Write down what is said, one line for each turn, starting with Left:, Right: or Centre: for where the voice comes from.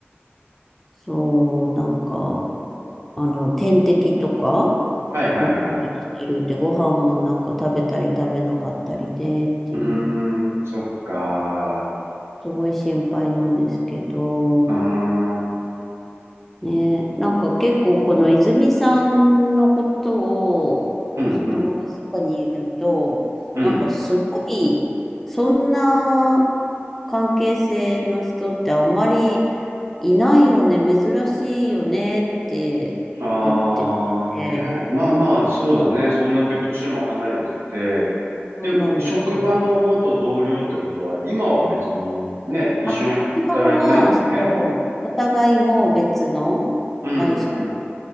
Centre: そう、なんか、あの、点滴とか、
Right: はいはいはい。
Centre: 打ってきてるって、ご飯もなんか食べたり食べなかったりでっていうの、
Right: うーん、そっか。
Centre: すごい心配なんですけど、
Right: うーん、うん
Centre: ねえ、なんか結構この泉さんのことを、
Right: うん、
Centre: その友達とかに言うと、
Right: うん。
Centre: なんかすごい、そんな関係性の人ってあんまりいないよね、珍しいよねって言ってくれて、
Right: あーね。まあまあ、そうだね。そんだけ年も離れてて、
Centre: そうなんですよ。
Right: で、職場の元同僚ってことは、今は別にね、一緒に働いてないんだよね。
Centre: あ、今は、そう、お互いもう別の会社だ
Right: うんうん